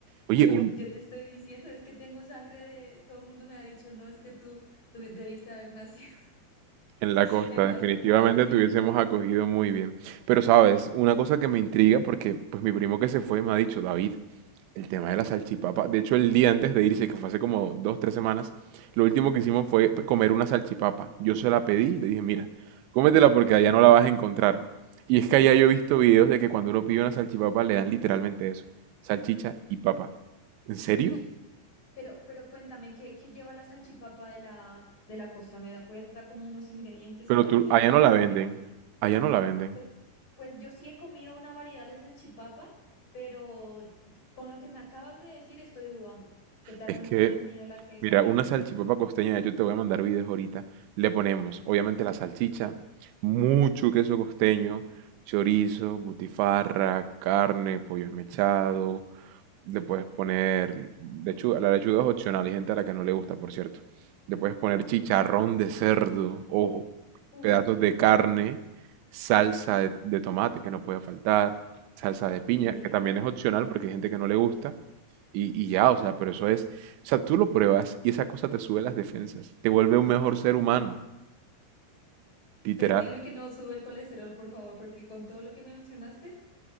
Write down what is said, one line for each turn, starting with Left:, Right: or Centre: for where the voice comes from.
Right: Oye,
Left: Yo,
Right: Yo, un,
Left: yo te estoy diciendo, es que tengo sangre de... Todo el mundo me ha dicho, no, es que tú, tú debiste haber nacido
Right: En la
Left: <laughs>
Right: costa,
Left: en la
Right: definitivamente
Left: costa, sí.
Right: te hubiésemos acogido muy bien. Pero sabes, una cosa que me intriga, porque pues mi primo que se fue me ha dicho, David, el tema de la salchipapa. De hecho, el día antes de irse, que fue hace como dos, tres semanas, lo último que hicimos
Left: ¿Sí?
Right: fue p- comer una salchipapa. Yo se la pedí y le dije, mira, cómetela porque allá no la vas a encontrar. Y es que allá yo he visto videos de que cuando uno pide una salchipapa le dan literalmente eso, salchicha y papa. ¿En serio?
Left: Sí. Pero, pero cuéntame, ¿qué, qué lleva la salchipapa de la, de la costa? ¿Me da- puedes dar como unos ingredientes
Right: Pero
Left: a ver
Right: tú,
Left: qué,
Right: allá
Left: a
Right: no
Left: ver
Right: la
Left: si
Right: venden.
Left: ya he comido?
Right: Allá no la venden.
Left: Pues, pues yo sí he comido una variedad de salchipapa, pero con lo que me acabas de decir estoy dudando. ¿Qué tal
Right: Es
Left: no,
Right: que...
Left: no he comido la que sea
Right: Mira,
Left: buena?
Right: una salchipapa costeña, de hecho te voy a mandar videos ahorita. Le ponemos, obviamente, la salchicha, mucho queso costeño, chorizo, butifarra, carne, pollo esmechado. Le puedes poner lechuga, la lechuga es opcional, hay gente a la que no le gusta, por cierto. Le puedes poner
Left: Ok.
Right: chicharrón de cerdo, ojo,
Left: Uf,
Right: pedazos de carne, salsa de, de tomate que no puede faltar, salsa de
Left: ok.
Right: piña, que también es opcional porque hay gente que no le gusta. Y, y ya, o sea, pero eso es o sea, tú lo pruebas y esa cosa te sube las defensas, te vuelve un mejor ser humano, literal.
Left: Pero dime que no sube el colesterol, por favor, porque con todo lo que me mencionaste,